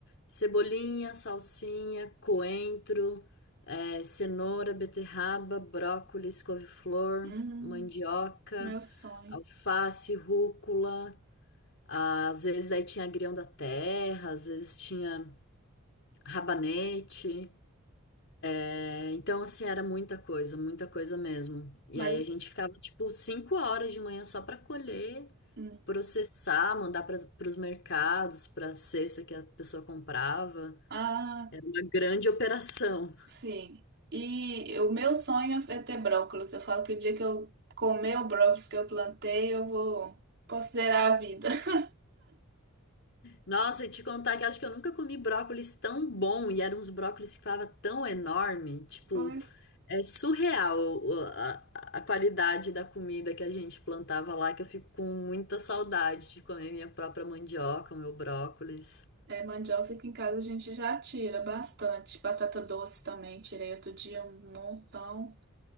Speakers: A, on the left (about 60°); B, on the right (about 55°).
A: cebolinha, salsinha, coentro, eh, cenoura, beterraba, brócolis, couve-flor,
B: Hum,
A: mandioca,
B: meu sonho.
A: alface, rúcula. Ah, Às vezes aí tinha agrião da terra, às vezes tinha rabanete. Eh, Então, assim, era muita coisa, muita coisa mesmo. E
B: Mas
A: aí a gente ficava, tipo, cinco horas de manhã só para colher
B: hum.
A: processar, mandar para os mercados, para a cesta que a pessoa comprava.
B: Ah,
A: Uma grande operação.
B: Sim. E o meu sonho é ter brócolis. Eu falo que o dia que eu comer o brócolis que eu plantei, eu vou considerar a vida. <laughs>
A: Nossa, e te contar que acho que eu nunca comi brócolis tão bom e eram uns brócolis que ficava tão enorme. Tipo,
B: Pois
A: é surreal o- a, a qualidade da comida que a gente plantava lá, que eu fico com muita saudade de comer minha própria mandioca, meu brócolis.
B: é, mandioca aqui em casa a gente já tira bastante. Batata doce também, tirei outro dia um montão.